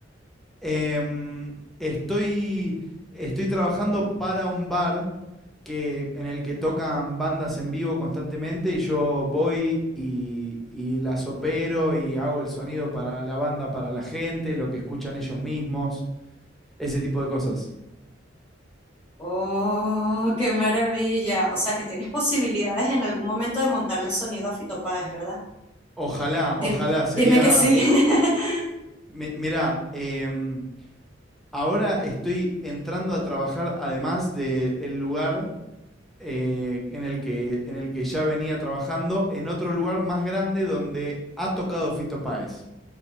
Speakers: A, in the centre; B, on the left.
A: Em, estoy, estoy trabajando para un bar que, en el que tocan bandas en vivo constantemente y yo voy y, y las opero y hago el sonido para la banda, para la gente, lo que escuchan ellos mismos, ese tipo de cosas.
B: Oh, qué maravilla. O sea que tienes posibilidades en algún momento de montarle sonido a Fito Páez, ¿verdad?
A: Ojalá, ojalá,
B: Dim-
A: sería...
B: dime que sí. <laughs>
A: mi- Mirá, em, ahora estoy entrando a trabajar además del lugar eh, en, el que, en el que ya venía trabajando en otro lugar más grande donde ha tocado Fito Páez,